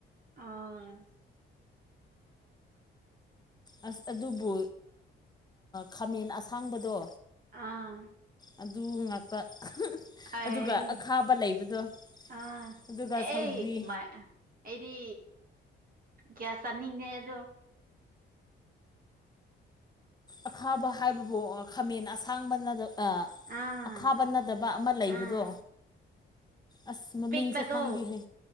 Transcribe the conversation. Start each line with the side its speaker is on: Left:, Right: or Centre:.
Right: ꯑꯣ
Left: ꯑꯁ ꯑꯗꯨꯕꯨ ꯈꯥꯃꯦꯟ ꯑꯁꯥꯡꯕꯗꯣ
Right: ꯑꯥ
Left: ꯑꯗꯨ ꯉꯥꯛꯇ
Right: ꯑꯦ
Left: ꯑꯗꯨꯒ ꯑꯈꯥꯕ ꯂꯩꯕꯗꯣ
Right: ꯑ
Left: ꯑꯗꯨꯒ
Right: ꯑꯦ
Left: ꯁꯧꯒ꯭ꯔꯤ
Right: ꯃꯥꯏ ꯑꯩꯗꯤ ꯀꯌꯥ ꯆꯥꯅꯤꯡꯗꯦ ꯑꯗꯣ
Left: ꯑꯈꯥꯕ ꯍꯥꯏꯕꯕꯨ ꯈꯥꯃꯦꯟ ꯑꯁꯥꯡꯕꯅꯗ
Right: ꯑꯥ
Left: ꯑꯈꯥꯕ ꯅꯠꯗꯕ ꯑꯃ ꯂꯩꯕꯗꯣ
Right: ꯑꯥ
Left: ꯑꯁ ꯃꯃꯤꯡꯁꯨ
Right: ꯄꯤꯛꯄꯗꯣ
Left: ꯍꯥꯡꯗꯣꯏꯅꯦ